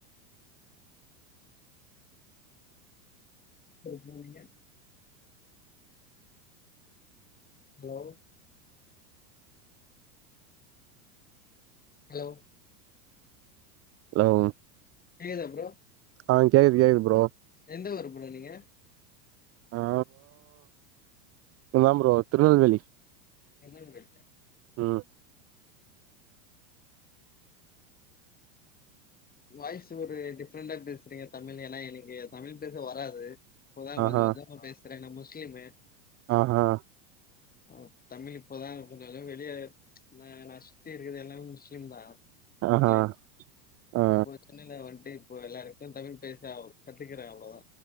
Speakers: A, on the left (about 20°); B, on the right (about 30°).
A: எப்ப போனீங்க ஹலோ ஹலோ
B: ஹலோம்
A: கேக்குதா ப்ரோ
B: ஆ கேக்குது கேக்குது ப்ரோ
A: எந்த ஊரு ப்ரோ நீங்க
B: ஆ அதா ப்ரோ திருநெல்வேலி
A: திருநெல்வேலி
B: ம்
A: வாய்ஸ் ஒரு டிஃப்ரெண்டா பேசுறீங்க தமிழ் ஏன்னா எனக்கு தமிழ் பேச வராது இப்பதா கொஞ்ச
B: ஆஹா
A: கொஞ்சமா பேசுற நா முஸ்லீம்மு
B: ஆஹா
A: ஒ தமிழ் இப்பதா கொஞ்ச கொஞ்ச வெளிய நா நா சுத்தி இருக்குறது எல்லாமே முஸ்லிம் தா ஊர்லே
B: ஆஹா ஆ
A: இப்போ சென்னையில வந்துட்டு இப்போ எல்லாருக்கு தமிழ் பேசா கத்துக்கறா அவ்ளோ